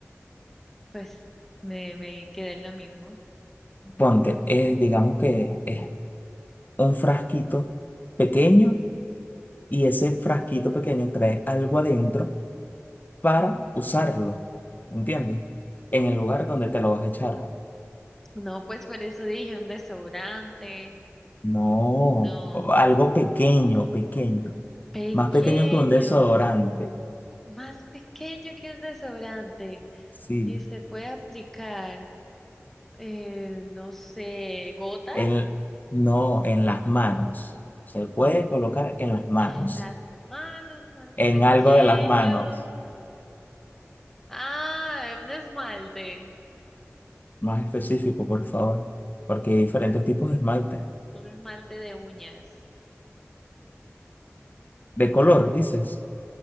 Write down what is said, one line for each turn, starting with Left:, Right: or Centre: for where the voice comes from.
Centre: pues me, me quedé en lo mismo.
Left: Ponte, es, digamos que es un frasquito pequeño y ese frasquito pequeño trae algo adentro para usarlo, ¿entiendes? En el lugar
Centre: Mm.
Left: donde te lo vas a echar.
Centre: No, pues por eso dije un desodorante,
Left: No,
Centre: no,
Left: o algo pequeño, pequeño,
Centre: pequeño,
Left: más pequeño que un desodorante.
Centre: más pequeño que un desodorante.
Left: Sí,
Centre: Y se puede aplicar, eh, no sé, gotas
Left: el, no, en las manos. Se puede colocar en las manos.
Centre: en las manos, algo
Left: En
Centre: pequeño.
Left: algo de las manos,
Centre: Ah, un esmalte,
Left: más específico, por favor, porque hay diferentes tipos de esmalte.
Centre: un esmalte de uñas.
Left: ¿De color, dices?